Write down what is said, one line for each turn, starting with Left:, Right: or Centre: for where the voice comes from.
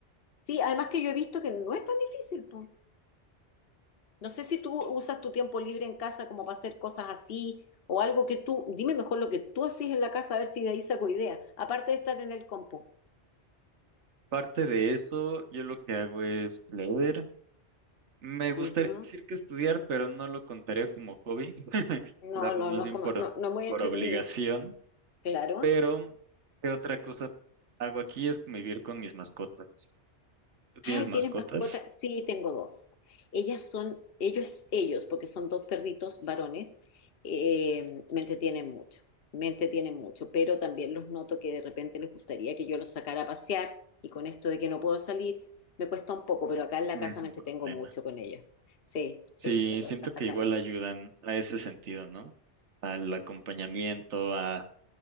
Left: sí, además que yo he visto que no es tan difícil, po. No sé si tú usas tu tiempo libre en casa como para hacer cosas así o algo que tú, dime mejor lo que tú haces en la casa a ver si de ahí saco idea, aparte de estar en el compu.
Right: Parte de eso, yo lo que hago es leer. Me gustaría
Left: Ujú.
Right: decir que estudiar, pero no lo contaría como hobby. <laughs> Lo
Left: No,
Right: hago
Left: no,
Right: más
Left: no
Right: bien
Left: es como,
Right: por,
Left: no, no es muy
Right: por
Left: entretenido,
Right: obligación.
Left: claro.
Right: Pero, ¿qué otra cosa hago aquí? Es convivir con mis mascotas. ¿Tú tienes
Left: Ay,
Right: mascotas?
Left: ¿tienes mascota? Sí, tengo dos. Ellas son, ellos, ellos, porque son dos perritos varones, eh, me entretienen mucho, me entretienen mucho, pero también los noto que de repente les gustaría que yo los sacara a pasear y con esto de que no puedo salir, me cuesta un poco, pero acá en la
Right: No
Left: casa
Right: Es un
Left: me entretengo
Right: problema.
Left: mucho con ellos. Sí, sí,
Right: Sí,
Left: me cuesta
Right: siento que
Left: sacarlos.
Right: igual ayudan a ese sentido, ¿no? Al acompañamiento, a,